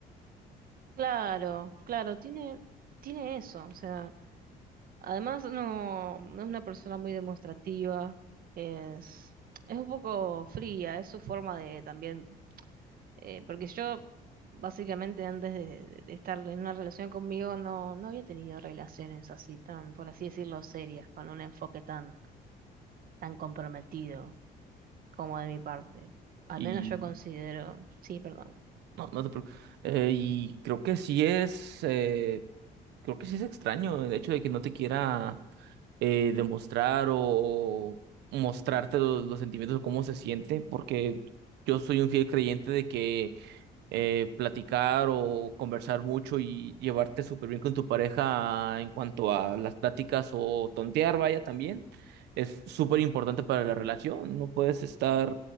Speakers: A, on the right (about 60°); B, on the right (about 85°).
A: Claro, claro, tiene, tiene eso, o sea, además no, no es una persona muy demostrativa, es, es un poco fría, es su forma de también, eh, porque yo básicamente antes de, de- de estar en una relación conmigo no, no había tenido relaciones así tan, por así decirlo, serias, con un enfoque tan, tan comprometido como de mi parte. Al
B: Y
A: menos yo considero, sí, perdón.
B: no, no te preocupes. Eh, y creo que sí es, eh, creo que sí es extraño el hecho de que no te quiera eh, demostrar o mostrarte lo- los, sentimientos o cómo se siente, porque yo soy un fiel creyente de que eh, platicar o conversar mucho y llevarte súper bien con tu pareja en cuanto a las pláticas o tontear, vaya, también es súper importante para la relación. No puedes estar,